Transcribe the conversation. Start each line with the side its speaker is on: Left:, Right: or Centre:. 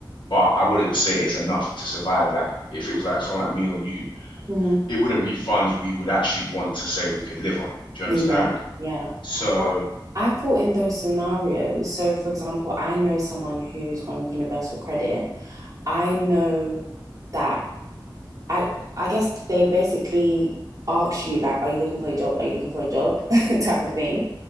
Left: but I wouldn't say it's enough to survive. Like if it was like someone like me or you
Right: Mm.
Left: it wouldn't be funds we would actually want to say we could live on. Do you
Right: Yeah,
Left: understand?
Right: yeah.
Left: So,
Right: I, I thought in those scenarios, so for example, I know someone who's on Universal Credit. I know that I I guess they basically ask you like, are you looking for a job? Are you looking for a job? <laughs> type of thing.